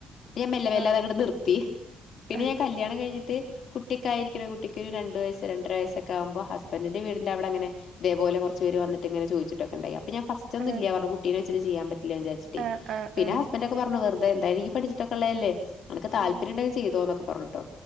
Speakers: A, on the left (about 60°); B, on the right (about 70°).
A: പിന്നെ ഞാൻ മെല്ലെമെല്ലെ
B: ആഹ്
A: അതങ്ങ്ട് നിർത്തി പിന്നെ
B: ആഹ്
A: ഞാൻ കല്യാണം ക കഴിഞ്ഞിട്ട് കുട്ടിക്കെ ആയിരിക്കുന്ന കുട്ടിക്ക് ഒരു രണ്ട് വയസ് രണ്ടര വയസൊക്കെകുമ്പ ഹസ്ബൻഡിന്റെ വീടിന്റെ അവിടെ അങ്ങനെ അതെ പോലെകൊറ്ച്ച് പേര് വിന്നിട്ട്ങ്ങനെ ചോയിച്ചിട്ടൊക്കെണ്ടായ അപ്പ ഞാൻ ഫസ്റ്റ് ഒന്നും
B: ആഹ്
A: ഇല്യാ പറഞ്ഞു കുട്ടീനെ വെച്ചിട്ട് ചെയ്യൻപറ്റില്ലാന്ന് വിജാര്ച്ചിട്ടെ
B: ആഹ് ആഹ്
A: പിന്നെ
B: ആഹ്
A: ഹസ്ബന്റൊക്കെപറഞ്ഞു വെറു ഇതന്തയലും ഇയ്യ് പഠിച്ചിട്ടൊക്കെള്ളയല്ലേ അനക്ക് താല്പര്യംണ്ടെങ്കി
B: ഉം
A: ചെയ്തോ നൊക്കെ പറഞ്ഞുട്ടൊ